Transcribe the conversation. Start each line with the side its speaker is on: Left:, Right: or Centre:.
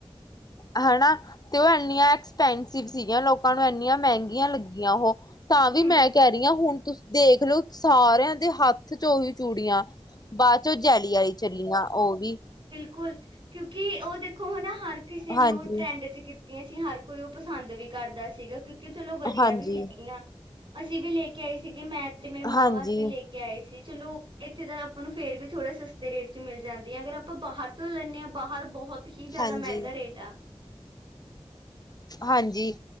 Left: ਹਨਾ ਤੇ ਉਹ ਇੰਨੀਆਂ ਐਕਸਪੈਂਸਿਵ ਸੀਗੀਆਂ ਲੋਕਾਂ ਨੂੰ ਇੰਨੀਆਂ ਮਹਿੰਗੀਆਂ ਲੱਗੀਆਂ ਉਹ ਤਾਂ ਵੀ
Right: ਹੂੰ
Left: ਮੈਂ ਕਹਿ ਰਹੀ ਹਾਂ ਹੁਣ ਤੁਸੀਂ ਦੇਖਲਓ ਸਾਰਿਆਂ ਦੇ ਹੱਥ ਚ ਉਹੀ ਚੂੜੀਆਂ ਬਾਅਦ ਚੋਂ ਜੈਲੀ ਵਾਲੀ ਚੱਲੀਆਂ ਉਹ ਵੀ
Right: ਕੋੁਲ ਕਿਉਂਕਿ ਉਹ ਦੇਖੋ ਹਨਾ ਹਰ ਕਿਸੇ ਨੇ
Left: ਹਾਂਜੀ
Right: ਉਹ ਟਰੈਂਡ ਚ ਕੀਤਾ ਤੇ ਅਸੀਂ ਹਰ ਕੋਈ ਉਹ ਪਸੰਦ ਵੀ ਕਰਦਾ ਸੀਗਾ ਕਿਉਂਕਿ ਚਲੋ ਵਧੀਆ
Left: ਹਾਂਜੀ
Right: ਵੀ ਸੀਗੀਆਂ ਅਸੀਂ ਵੀ ਲੈ ਕੇ ਆਈ ਸੀਗੇ ਮੈਂ ਤੇ ਮੇਰੇ ਮੰਮਾ
Left: ਹਾਂਜੀ
Right: ਵਾਸਤੇ ਲੈ ਕੇ ਆਏ ਸੀ ਚਲੋ ਇੱਥੇ ਦਾ ਆਪਾਂ ਨੂੰ ਫੇਰ ਵੀ ਥੋੜੇ ਸਸਤੇ ਰੇਟ ਚ ਮਿਲ ਜਾਂਦੀ ਆ ਅਗਰ ਆਪਾਂ ਬਾਹਰ ਤੋਂ ਲੈਂਦੇ ਹਾਂ ਬਾਹਰ ਹਰ ਬਹੁਤ ਹੀ ਜ਼ਿਆਦਾ
Left: ਹਾਂਜੀ
Right: ਮਹਿੰਗਾ ਰੇਟ ਆ
Left: ਹਾਂਜੀ